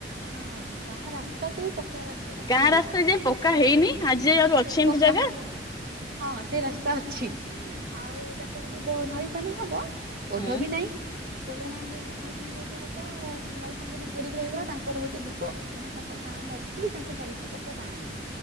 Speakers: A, on the right; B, on the left.
A: ହଁ, ଗାଁ ରାସ୍ତାକୁ ବି ପକ୍କା ରାସ୍ତା ତାଙ୍କର
B: ଗାଁ
A: ହେଇନି
B: ରାସ୍ତା
A: ଆଜି
B: ଯାଏ
A: ଯାଏଁ।
B: ପକ୍କା ହେଇନି ଆଜି ଯାଏ ଆହୁରି ଅଛି ଏମିତି
A: ପକ୍କା
B: ଜାଗା?
A: ହଁ ସେ ରାସ୍ତା ଅଛି। ଆଉ ତାଙ୍କର ଯଦି ବ- ନଈ ପାଣି ହବ ପୋଲ୍ହ
B: ହୁଁ
A: ବି ନାଇଁ। ପୋଲ ନାହିଁ ଯଦି ନଈ ପାଣି ଯଦି ହବ, ନଈ ପାଣି ଯଦି ଘେରିକି ରହିଗଲା ତାଙ୍କର ହଉଛି ଦୀପ। ମାନେ ତାଙ୍କ ଗାଁ ମଝି ତାଙ୍କ ଚାରିପଟ ପୂରା ପାଣି।